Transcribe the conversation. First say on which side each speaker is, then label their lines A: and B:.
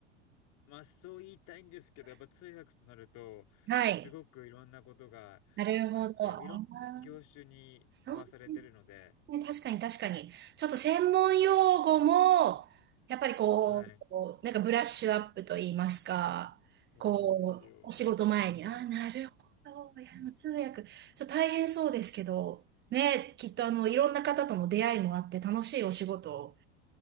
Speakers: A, on the left; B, on the right.
A: まあ、そう言いたいんですけど、やっぱ通訳となると、
B: はい。
A: すごくいろんなことがあって、
B: なるほど。
A: やっぱいろんな業種に飛ばされてるので、
B: あーそう。ね、確かに確かに。ちょっと専門用語も、やっぱりこう、
A: はい。
B: こうなんかブラッシュアップと言いますか、
A: そうなんですよ。
B: こう、お仕事前に、
A: うーん、
B: ああ、なるほど。いや、
A: うん。
B: もう通訳、ちょっと大変そうですけど、ね、きっとあの、いろんな方との出会いもあって楽しいお仕事